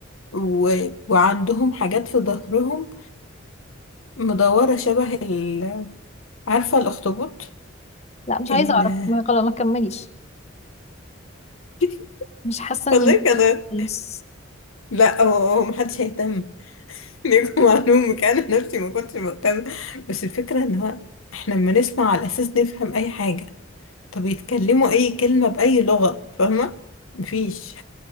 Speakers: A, on the left; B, on the left.
A: و... وعندهم حاجات في ظهرهم مدورة شبه ال... عارفة الأخطبوط
B: لا مش عايزة
A: ال...
B: اعرف ما خلاص ما كمليش
A: <laughs>
B: مش حاسة اني
A: والله
B: مهتمة
A: كده
B: خالص
A: لا هو هو محدش هيهتم <laughs> ليكم معلومة أنا نفسي ما كنتش مهتمة بس الفكرة إن هو إحنا لما نسمع على أساس نفهم أي حاجة طب يتكلموا أي كلمة بأي لغة فاهمة؟ مفيش